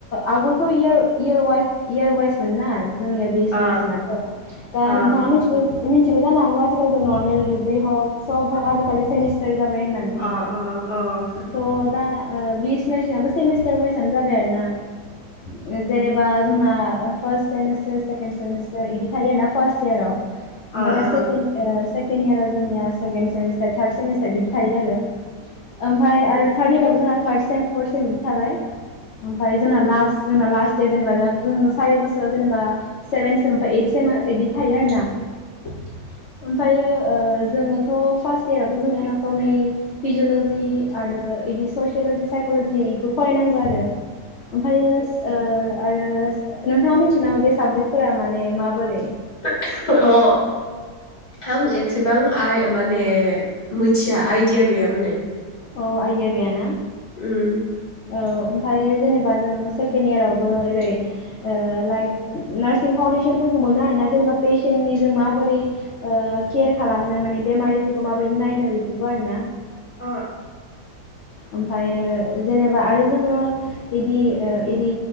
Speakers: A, on the left (about 70°); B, on the left (about 25°).
A: आगोलथ' इयार वाइस इयार वाइस मोन आरो जोंनिया बि एस सि
B: अ
A: नारसिंआथ दा
B: अ
A: नोंथाङा मिथि मिथियोबो जानो हागौ आजिखालिथ नर्मेलडिग्रि हक सब हक आजिलि सेमिस्टार जाबाय होननानै
B: अ अ अ
A: थ' दा बि एस सि नार्सिं आबो सेमिस्टार वाइसानो जाबाय आरो ना जेनेबा जोंना फार्स्ट सेमिस्टार सेकेन्ड सेमिस्टार इदि थायोना फार्स्ट इयाराव
B: अ
A: ओमफाय दा
B: अ
A: सेकेन्द ओ सेके केनियारा जोंनिया सेकेणड सेमिस्टार थार्ड सेमिस्टार बिदि थायो आरो ओमफ्राय आरो थार्ड इयाराव बो जोहा थार्थ सेम फर्थ सेम थाबाय ओमफाय जोंना लास्ट जोंना लास्ट दे जेनबा जों सारि बोसोर खौ जेनेबा सेभेन सेमनिफाय ओइट सेम इदि थायो आरो ना ओमफायो ओ जोङोथ' फार्स्ट इयारावथ' जों एनटमि फिजिअलजि आरो इदिस स'सियल'जि साइक'लजि बेखौ फरायनांगौ आरो ओमफायो ओ आरो नोंथाङा मिथि मिथियो नामा बे साबजेक्टफोरा माने माबोरै
B: <unintelligible> अ अ आं एसेबां आइ माने मोथिया आइदिया गैया माने
A: अ आइडिया गैया ना
B: उम
A: औ ओमफायो जेनेबा जों सेकेणड यारावबो ओरै लाइक नार्सिं फाउन्डेसनफोरखौ मोनो आरोना जेनेबा पेसेन्टनि जों माबोरै केयार खालामनो माने बेमारिफोरखौ माबायदि नायनो बेफोरखौ आरोना
B: अ
A: ओमफायो जेनेबा आरो जोङो बिदि ओ बिदि